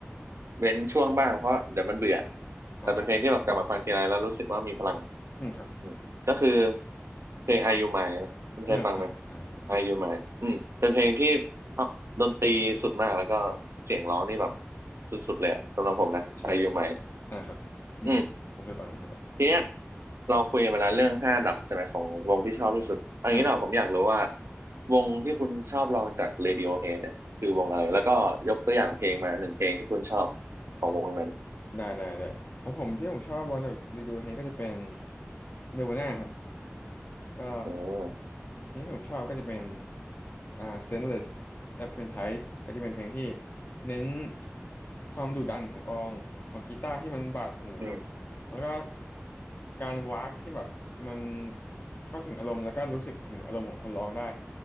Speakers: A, on the right (about 70°); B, on the left (about 45°).
A: เว้นช่วงบ้างเพราะเดี๋ยวมันเบื่อ
B: อ่า
A: แต่เป็นเพลงที่แบบกลับมาฟังทีไรแล้วรู้สึกว่ามีพลัง
B: อืมครับ
A: อืมก็คือเพลง Are You Mine นะคุณเคยฟังไหม
B: อ่าอ่าอ่าผมเคยฟัง
A: Are You Mine อืมเป็นเพลงที่เอาดนตรีสุดมากแล้วก็เสียงร้องนี่แบบสุดๆเลยอะสำหรับผมนะ
B: ใช่
A: Are You Mine
B: อ่าครับอืมผมเคยฟังผมเคยฟัง
A: อืมทีเนี้ยเราคุยกันมาแล้วเรื่องห้าอันดับใช่ไหมของวงที่ชอบที่สุดอันนี้เราผมอยากรู้ว่า
B: อ่า
A: วงที่คุณชอบลองจาก Radiohead เนี่ยคือวงอะไรแล้วก็ยกตัวอย่างเพลงมาหนึ่งเพลงที่คุณชอบของวงนั้น
B: ได้ได้ได้ของผมที่ผมชอบลองจาก Radiohead ก็จะเป็น Nirvana ครับก็
A: อืม
B: เพลงที่ผมชอบก็จะเป็นอ่า Senseless Apprentice ก็จะเป็นเพลงที่เน้นความดุดันของกลองของกีตาร์ที่มันบาดหูเนาะ
A: อืม
B: แล้วก็การวากที่แบบมันเข้าถึงอารมณ์แล้วก็รู้สึกถึงอารมณ์ของคนร้องได้